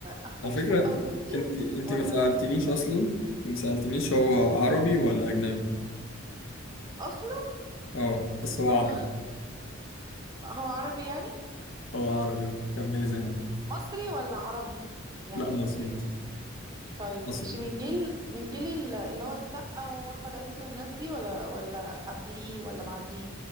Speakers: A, on the right; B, on the left.
A: احمد
B: على
A: السقا
B: فكرة
A: والناس دي
B: انت انت
A: ولا
B: ما سألتنيش
A: لا
B: أصلا انت ما سألتنيش هو عربي ولا أجنبي
A: اصلا
B: اه بس هو
A: هو
B: عربي
A: هو عربي يعني
B: هو عربي اه كملي زي ما انت
A: مصري ولا عربي يعني
B: لا مصري مصري
A: طيب
B: مصري
A: ماشي من جيل من جيل ال- اللي هو السقا واحمد عز والناس دي ولا ولا قبليه ولا بعديه